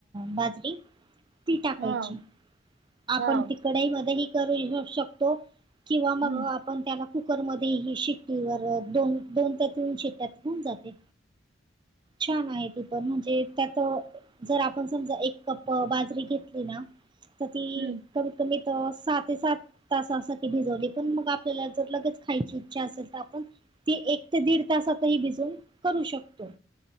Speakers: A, on the right; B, on the right.
A: बाजरी ती टाकायची
B: हा
A: <unintelligible> आपण
B: हा
A: तिकडही मध्येही करू शकतो किंवा
B: हम्म
A: मग पण त्याला कुकरमध्ये ह शिट्टी व दोन दोन ते तीन शिट्ट्यात होऊन जाते छान आहे ती पण म्हणजे त्यात <unintelligible> जर आपण समजा एक कप बाजरी घेतली ना <unintelligible> तर ती
B: हम्म
A: कमीत कमीत सहा ते सात <unintelligible> तासासाठी भिजवली पण मग आपल्याला जर लगेच खायची इच्छा असेल तर आपण ते एक ते दीड तासातही भिजून करू शकतो